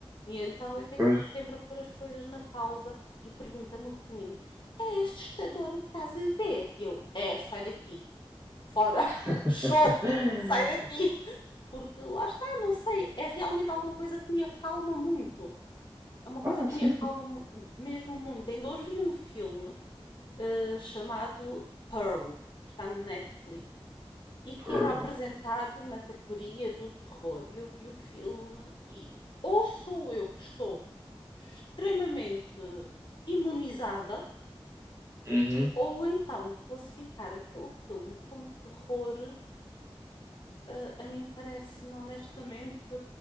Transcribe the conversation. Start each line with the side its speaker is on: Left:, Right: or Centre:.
Left: E então eu tenho
Right: pois.
Left: que estar sempre a pôr as coisas na pausa e pergunta-me o pequenino: É assustador o que estás a ver? E eu: É, sai daqui fora, <laughs>
Right: <laughs>
Left: show, sai daqui. Porque lá está, não sei, é realmente alguma coisa que me acalma muito. É uma
Right: Pá,
Left: coisa que
Right: sim.
Left: me acalma mesmo muito. Ainda hoje vi um filme eh, chamado Pearl, que está na Netflix, e que
Right: Por-
Left: era apresentado na categoria do terror. E eu vi o filme e ou sou eu que estou extremamente imunizada,
Right: Uhum.
Left: ou então classificar aquele filme como terror Ah, a mim parece-me honestamente